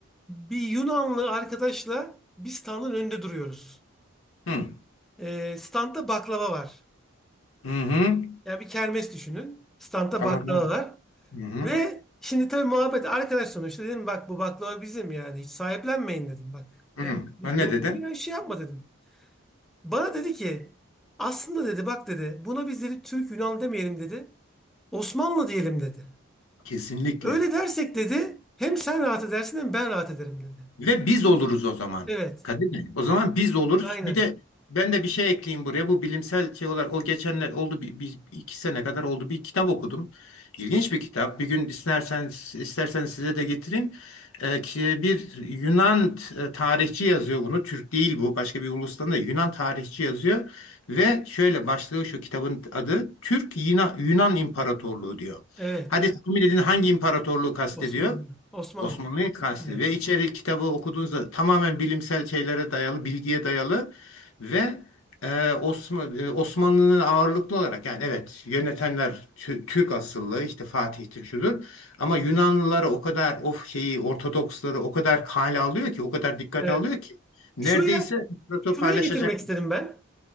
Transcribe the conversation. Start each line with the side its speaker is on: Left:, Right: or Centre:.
Centre: bir Yunanlı arkadaşla bir standın önünde duruyoruz.
Left: Hı.
Centre: Ee, standta baklava var.
Left: Hı hı.
Centre: Yani bir kermes düşünün. Standta
Left: Tamam
Centre: baklava
Left: tamam.
Centre: var.
Left: Hı hı.
Centre: Ve şimdi tabii muhabbet arkadaş sonuçta dedim bak bu baklava bizim yani hiç sahiplenmeyin dedim bak. Ya,
Left: Hı.
Centre: biz
Left: Ha, Ne
Centre: bunu
Left: dedi?
Centre: bir şey yapma dedim. Bana dedi ki aslında dedi bak dedi buna biz dedi Türk Yunan demeyelim dedi. Osmanlı diyelim dedi.
Left: Kesinlikle.
Centre: Öyle dersek dedi hem sen rahat edersin hem ben rahat ederim dedi.
Left: Ve biz oluruz o zaman.
Centre: Evet.
Left: Kadir Bey, o zaman biz oluruz.
Centre: Aynen.
Left: Bir de ben de bir şey ekleyeyim buraya. Bu bilimsel şey olarak o geçenler oldu bir, bir- iki sene kadar oldu bir kitap okudum. İlginç bir kitap. Bir gün isterseniz isterseniz size de getireyim. Ee, ki- bir Yunan e, tarihçi yazıyor bunu. Türk değil bu. Başka bir ulustan da Yunan tarihçi yazıyor. Ve şöyle başlığı şu kitabın adı Türk Yuna- Yunan İmparatorluğu diyor.
Centre: Evet.
Left: Hadi tahmin edin hangi imparatorluğu kastediyor?
Centre: Osmanlı. Osmanlı.
Left: Osmanlı'yı kastediyor.
Centre: Evet.
Left: Ve içeri kitabı okuduğunuzda tamamen bilimsel şeylere dayalı, bilgiye dayalı ve e, Osman, e, Osmanlı'nın ağırlıklı olarak yani evet yönetenler Tü- Türk asıllı işte Fatih'tir şudur ama Yunanlıları o kadar of şeyi Ortodoksları o kadar kale alıyor ki o kadar dikkate
Centre: Evet.
Left: alıyor ki neredeyse
Centre: Şuraya
Left: proto
Centre: şuraya
Left: paylaşacak.
Centre: getirmek istedim ben.